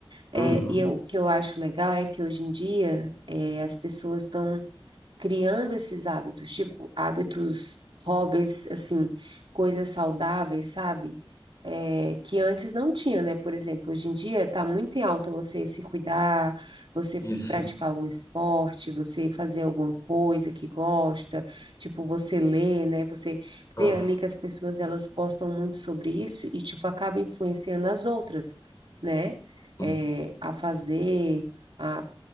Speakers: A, on the right; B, on the left.
A: é,
B: Uhum,
A: e eu- o que eu acho legal é que hoje em dia é, as pessoas estão criando esses hábitos, tipo hábitos, hobbies, assim, coisas saudáveis, sabe? É, que antes não tinha, né? Por exemplo, hoje em dia está muito em alta você se cuidar, você
B: isso.
A: praticar algum esporte, você fazer alguma coisa que gosta, tipo você ler, né? Você
B: Ah,
A: vê ali que as pessoas elas postam muito sobre isso e tipo acaba influenciando as outras né?
B: sim,
A: eh, a fazer, a